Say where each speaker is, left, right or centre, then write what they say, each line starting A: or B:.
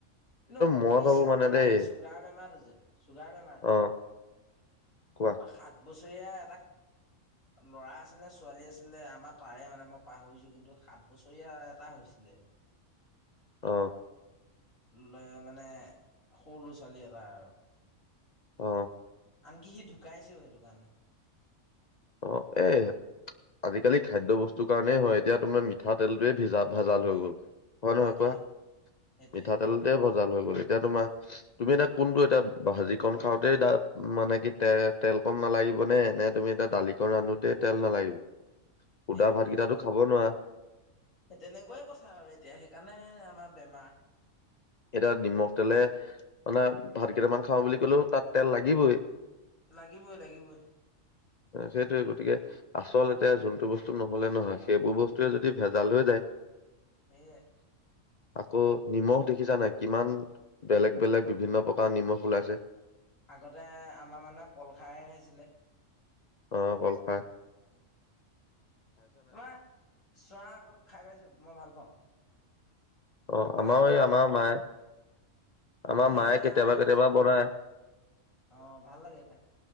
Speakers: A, on the left (about 85°); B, on the left (about 50°).
A: কিন্তু
B: মই
A: বিশ্বাস
B: ভাবো মানে
A: কৰা
B: দেই
A: সেই চুগাৰ বেমাৰটো যে চুগাৰ বেমাৰটো
B: অ
A: যে
B: কোৱা
A: ম সাত বছৰীয়া এটটা ল'ৰা আছিলে ছোৱালী আছিলে আমাৰ তাৰে মানে মই পাহৰিছো কিন্তু সাত বছৰীয়া এটা হৈছিল লেে
B: অ
A: লৈ মানে সৰু ল'ৰা ছোৱালী এটা আৰু
B: অ
A: আনকি সি ঢুকাইছেও সেইটো কাৰণে
B: অ এ আজিকালি খাদ্যয় বস্তু সটো কাৰণেই হয় এতিয়া তোমাৰ মিঠাতেলটোোৱে ভিজা ভাজাল হৈ গ'ল হয় নহয়
A: সেইটোৱে
B: কোৱা
A: সেইটোৱে
B: মিঠাতেলতে ভজাল হল এতিয়া তোমাৰ তুমি এটা কোনটো এতিয়া ভাজি কন খাওঁতেই তাত মানে কি তে তেল কন ন লাগিব নে এনে তুমি এটা তালি চিকন ৰান্ধোতে তেল নালাগিব সুদা
A: সেইটোৱে
B: ভাতকেইটো খাব নোৱাৰা।
A: সেই তেনেকুৱাই কথা আৰু এতিয়া সেইকাৰণে আমাৰ বেমাৰ।
B: এতিয়া নিমখ তেলে মানে ভাত কেইটামান খাওঁ বুলি কলেও তাত তেল লাগিবই।
A: লাগিবই, লাগিবই।
B: সেইটোয়ে গতিকে আচল এতিয়া যোনতটো বস্তু নহলে নহয় সেইবোৰ বস্তুৱয়ে যদি ভেজাল হৈ যায় <unintelligible>
A: সয়
B: আকৌ নিমখ দেখিছা নাই, কিমান বেলেগ বেলেগ বিভিন্ন প্ৰকাৰৰ নিমখ ওলাইছে।
A: আগতে আমাৰ মানে কল খাৰহে খাইছিলে।
B: অ' কলফা।
A: তোমাৰ চোৱা আকৌ খাই পাইছো মই ভাল পাওঁ।
B: অ'
A: মানে
B: আমাৰও
A: তোমাৰ
B: এই আমাৰ মায়ে আমাৰ
A: কি
B: মায়ে
A: হয় জানা
B: কেতিয়াবা,
A: নাই বস্তুটো
B: কেতিয়াবা বনায়।
A: অ' ভাল লাগেফাই।